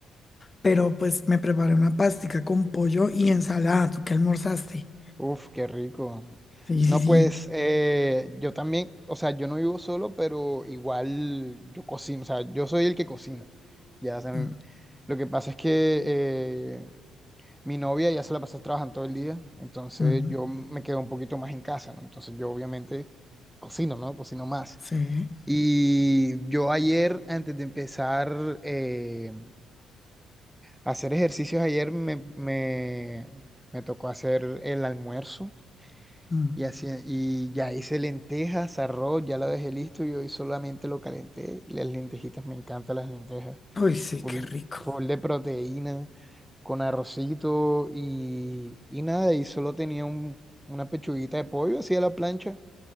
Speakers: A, on the left; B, in the centre.
A: pero pues me preparé una pastica con pollo y ensalada. ¿Tú qué almorzaste?
B: uff, qué rico.
A: Sí, sí,
B: No,
A: sí.
B: pues eh, yo también, o sea, yo no vivo solo, pero igual yo cocino, o sea, yo soy el que cocina. Ya, o sea, m-
A: Mm,
B: lo que pasa es que eh, mi novia ya se la pasa trabajando todo el día, entonces
A: mm,
B: yo me quedo un poquito más en casa, ¿no? Entonces yo obviamente cocino, ¿no? Cocino más.
A: sí.
B: Y yo ayer, antes de empezar eh, a hacer ejercicios, ayer me, me, me tocó hacer el almuerzo.
A: mm.
B: Y así, y ya hice lentejas, arroz, ya lo dejé listo y hoy solamente lo calenté. Las lentejitas, me encantan las lentejas.
A: Uy, sí,
B: Full,
A: qué rico.
B: full de proteína, con arrocito y, y nada, y solo tenía un- una pechuguita de pollo así a la plancha.